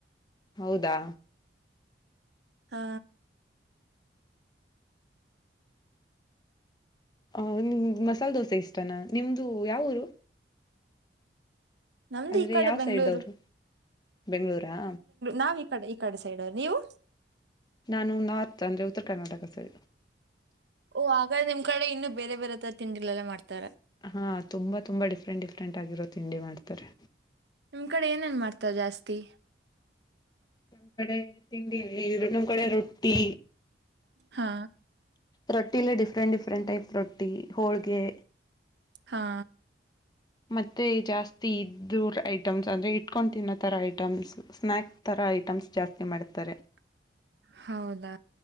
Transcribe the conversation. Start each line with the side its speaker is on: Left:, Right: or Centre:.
Left: ಹೌದಾ
Right: ಹಾ
Left: ಹ ನಿಮ ಮಸಾಲ ದೋಸೆ ಇಷ್ಟನಾ ನಿಮ್ದು ಯಾವ ಊರು.
Right: ನಮ್ದ
Left: ಅಂದ್ರೆ
Right: ಈ ಕಡೆ
Left: ಯಾವ
Right: ಬೆಂಗ್ಗಳೂರು.
Left: ಸೈಡ್ ಅವರು ಬೆಂಗಳೂರಾ
Right: ನಾವ ಈ ಕಡೆ ಈ ಕಡೆ ಸೈಡ ನೀವು.
Left: ನಾನು ನಾರ್ತ್ ಅಂದರೆ ಉತ್ತರ ಕರ್ನಾಟಕ ಸೈಡ.
Right: ಓ ಹಾಗರ ನಿಮ್ಮ ಕಡೆ ಇನ್ನು ಬೇರೆ ಬೇರೆ ತರ ತಿಂಡಿಗಳಲ್ಲಾ ಮಾಡ್ತಾರೆ
Left: ಹಾ ತುಂಬಾ ತುಂಬಾ ಡಿಫ್ರೆಂಟ್ ಡಿಫ್ರೆಂಟ್ ಆಗಿರೋ ತಿಂಡಿ ಮಾಡ್ತಾರೆ.
Right: ನಿಮ್ಮ ಕಡೆ ಏನೇನ ಮಾಡ್ತಾರ ಜಾಸ್ತಿ.
Left: ನಮ್ ಕಡೆ ತಿಂಡಿ ಇರು ಕಡೆ ರೊಟ್ಟಿ.
Right: ಹಾ
Left: ರೊಟ್ಟಿಲ್ಲಿ ಡಿಫ್ರೆಂಟ್ ಡಿಫ್ರೆಂಟ್ ಟೈಪ್ ರೊಟ್ಟಿ ಹೋಳ್ಗೆ.
Right: ಹಾ
Left: ಮತ್ತೆ ಜಾಸ್ತಿ ಇದ್ದೋರ್ ಐಟಮ್ಸ್ ಅಂದ್ರೆ ಇಟ್ಕೊಂಡು ತಿನ್ನೋ ತರ ಐಟಮ್ಸ್ ಸ್ನಾಯಕ್. ತರಾ ಐಟಮ್ಸ್ ಜಾಸ್ತಿ ಮಾಡ್ತಾರೆ.
Right: ಟಕ್ ಹೌದಾ